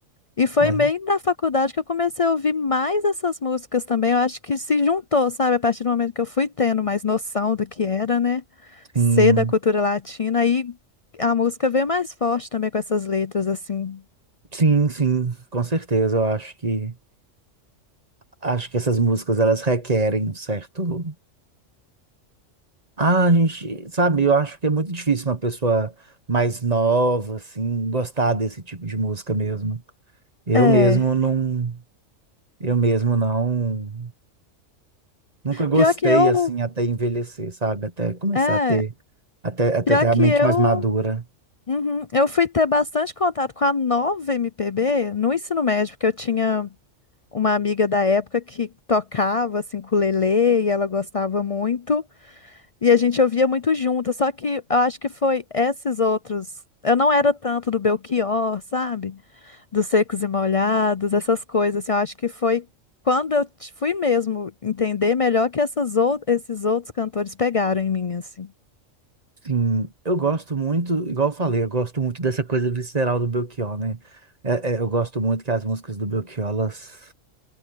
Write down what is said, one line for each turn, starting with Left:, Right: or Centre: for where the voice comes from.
Left: E foi
Right: Mas,
Left: bem na faculdade que eu comecei a ouvir mais essas músicas também. Eu acho que se juntou, sabe? A partir do momento que eu fui tendo mais noção do que era, né?
Right: sim,
Left: Ser da cultura latina. Aí a música veio mais forte também com essas letras, assim.
Right: sim, sim, com certeza. Eu acho que acho que essas músicas elas requerem um certo. Ah, a gente, sabe, eu acho que é muito difícil uma pessoa mais nova, assim, gostar desse tipo de música mesmo. Eu
Left: É.
Right: mesmo não, eu mesmo não. Nunca gostei
Left: Pior que eu.
Right: assim até envelhecer, sabe? Até começar
Left: É.
Right: a ter até, até
Left: Pior
Right: ter
Left: que
Right: a mente
Left: eu.
Right: mais madura.
Left: Uhum. Eu fui ter bastante contato com a nova MPB no ensino médio, porque eu tinha uma amiga da época que tocava, assim, com ukulele, e ela gostava muito. E a gente ouvia muito junto, só que eu acho que foi esses outros. Eu não era tanto do Belchior, sabe? Dos Secos e Molhados, essas coisas. assim, eu acho que foi quando eu t- fui mesmo entender melhor que essas ou- esses outros cantores pegaram em mim, assim.
Right: Sim, eu gosto muito, igual eu falei, eu gosto muito dessa coisa visceral do Belchior, né? É- é, eu gosto muito que as músicas do Belchior, elas,